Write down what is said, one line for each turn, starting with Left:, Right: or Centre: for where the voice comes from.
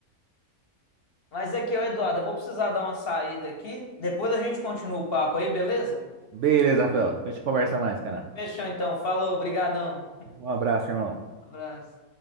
Left: Mas aqui, ô Eduardo, eu vou precisar dar uma saída aqui. Depois a gente continua o papo aí, beleza?
Right: Beleza, Rafael. Depois a gente conversa mais, cara.
Left: Fechou então. Falou, brigadão.
Right: Um abraço, irmão.
Left: Um Abraço.